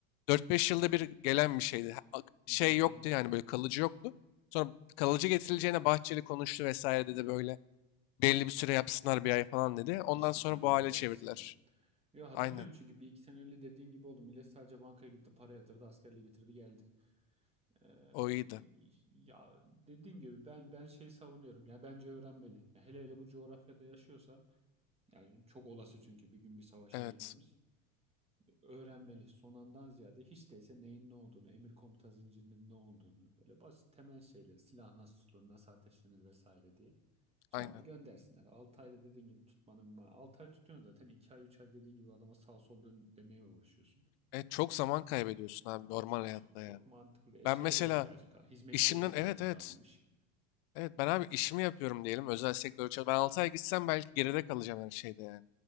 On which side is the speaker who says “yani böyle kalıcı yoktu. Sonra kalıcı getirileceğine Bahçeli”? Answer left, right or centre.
Left